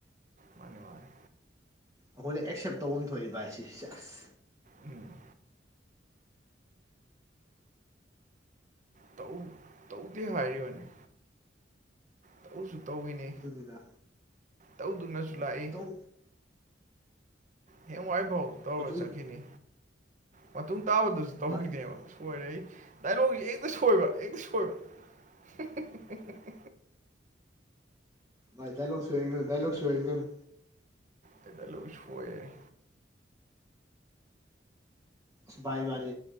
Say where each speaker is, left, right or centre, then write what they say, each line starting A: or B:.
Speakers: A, on the right (about 45°); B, on the right (about 20°).
A: ꯃꯥꯅꯦ ꯃꯥꯅꯦ
B: ꯑꯩꯈꯣꯏꯅ ꯑꯦꯛꯁꯦꯞ ꯇꯧꯐꯝ ꯊꯣꯛꯏ ꯚꯥꯏ ꯁꯤ ꯑꯦꯁ
A: ꯎꯝꯍ ꯇꯧ ꯇꯧꯗꯦ ꯍꯥꯏꯔꯤꯕꯅꯤ ꯇꯧꯁꯨ ꯇꯧꯌꯤꯅꯤ
B: ꯑꯗꯨꯅꯤꯅ
A: ꯇꯧꯗꯨꯅꯁꯨ ꯂꯥꯛꯏ
B: ꯇꯧ
A: ꯍꯌꯦꯡꯋꯥꯏꯐꯧ ꯇꯧꯔ
B: ꯃꯇꯨꯡ
A: ꯆꯠꯈꯤꯅꯤ ꯃꯇꯨꯡ ꯇꯥꯕꯗꯁꯨ ꯇꯧꯈꯤꯗꯦꯕ
B: ꯚꯥꯏ
A: ꯁꯣꯏꯔꯦ ꯑꯩ ꯗꯥꯏꯂꯣꯛꯁꯦ ꯍꯦꯛꯇ ꯁꯣꯏꯕ ꯍꯦꯛꯇ ꯁꯣꯏꯕ <unintelligible>
B: ꯃꯥꯅꯦ ꯗꯥꯏꯂꯣꯛ ꯁꯣꯏꯍꯟꯒꯅꯣ ꯗꯥꯏꯂꯣꯛ ꯁꯣꯏꯍꯟꯒꯅꯨ
A: ꯑꯩ ꯗꯥꯏꯂꯣꯛ ꯁꯣꯏꯌꯦ
B: ꯑꯁ ꯚꯥꯏ ꯏꯕꯥꯅꯤ